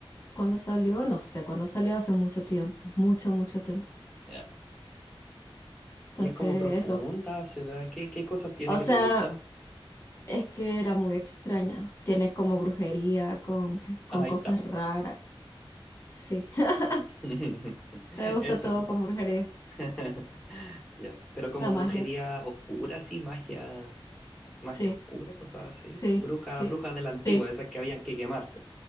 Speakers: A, on the left (about 30°); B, in the centre.
A: ¿Cuándo salió? No sé, cuando salió hace mucho tiempo, mucho, mucho tiempo.
B: Ya.
A: Entonces,
B: Y es como profunda,
A: eso.
B: se ve. ¿Qué, qué cosas tiene
A: O
B: que
A: sea,
B: te gustan?
A: es que era muy extraña. Tiene como brujería, con, con
B: Ah, ahí
A: cosas
B: está.
A: raras. Sí. <laughs>
B: <laughs>
A: Me gusta
B: Eso
A: todo
B: no.
A: con brujería.
B: <laughs> Ya. Pero como
A: La magia.
B: brujería oscura, sí, magia, magia
A: Sí,
B: oscura, cosas así.
A: sí,
B: Bruja,
A: sí,
B: bruja de la antigua,
A: sí,
B: de esas que habían que quemarse.